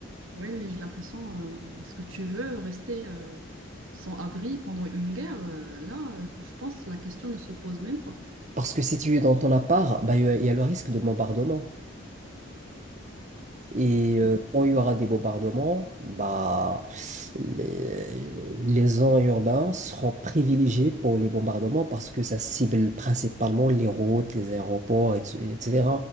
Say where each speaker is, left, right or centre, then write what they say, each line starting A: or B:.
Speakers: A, on the right; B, on the right.
A: Oui, mais j'ai l'impression, euh, est-ce que tu veux rester euh, sans abri pendant une guerre? Euh, là, euh, je pense que la question ne se pose même pas.
B: Parce que si tu es dans ton appart, bah, il y a il y a le risque de bombardement. Et euh,
A: Ouais.
B: quand il y aura des bombardements, bah, les, les gens urbains seront privilégiées pour les bombardements parce que ça cible principalement les routes, les aéroports, et- etc.